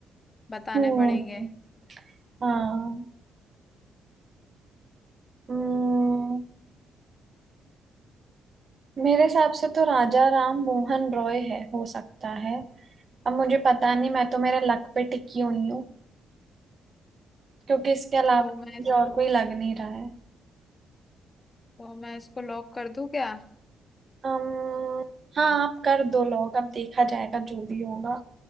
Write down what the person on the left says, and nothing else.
बताने
पड़ेंगे
तो मैं
तो मैं इसको लॉक कर दूं क्या